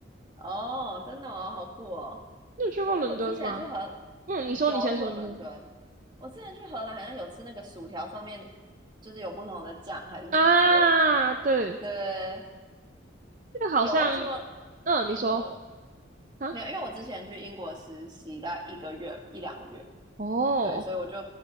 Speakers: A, on the right; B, on the right.
A: 哦，真的哦，好酷哦，
B: 你有去过伦敦吗？
A: 哎，我之前去荷，
B: 嗯，你说，
A: 有我去过伦敦，
B: 你先说，你先说。
A: 我之前去荷兰好像有吃那个薯条，上面就是有不同的酱还是什么之类的，
B: 啊，对，
A: 对，
B: 这个好像，
A: 有我去过英国。
B: 嗯，你说啊，
A: 没有，因为我之前去英国实习大概一个月一两个月，
B: 哦，
A: 对，所以我就